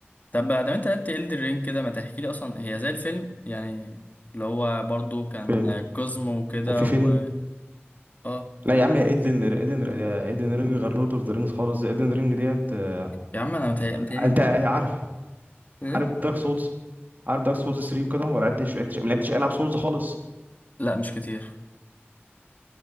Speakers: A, on the left (about 40°); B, on the right (about 45°).
A: طب بقى ده انت لعبت إلدر رينج كده ما تحكي لي اصلا هي زي الفيلم يعني اللي هو برضو كان
B: فيلم
A: كوزمو وكده
B: وفي فيلم
A: و اه
B: لا يا عم ايدن ايدن ايدن رينج غير لورد اوف ذا رينجز خالص ايدن رينج ديت آه،
A: يا عم انا متهيألي متهيألي
B: انت عارف
A: ايه
B: عارف دارك سولز عارف دارك سولز 3 وكده ولا لعبتش لعبتش ما لعبتش العب سولز خالص
A: لا مش كتير